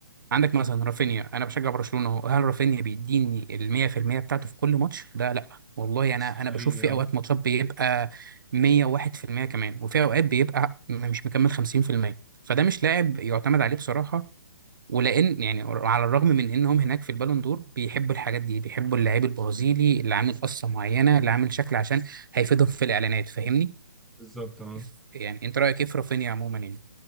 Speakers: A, on the right; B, in the centre.
A: عندك مثلا رافينيا انا بشجع برشلونه اهو هل رافينيا بيديني ال 100% بتاعته في كل ماتش ده لا والله انا
B: حقيقي
A: انا بشوف في
B: اه
A: اوقات ماتشات بيبقى 101% كمان وفي اوقات بيبقى م- مش مكمل 50% فده مش لاعب يعتمد عليه بصراحه ولان يعني على الرغم من انهم هناك في البالون دور بيحبوا الحاجات دي بيحبوا اللعيب البرازيلي اللي عامل قصه معينه اللي عامل شكل عشان هيفيدهم في الاعلانات فاهمني
B: بالظبط اه
A: إف- يعني انت رايك ايه في رافينيا عموما يعني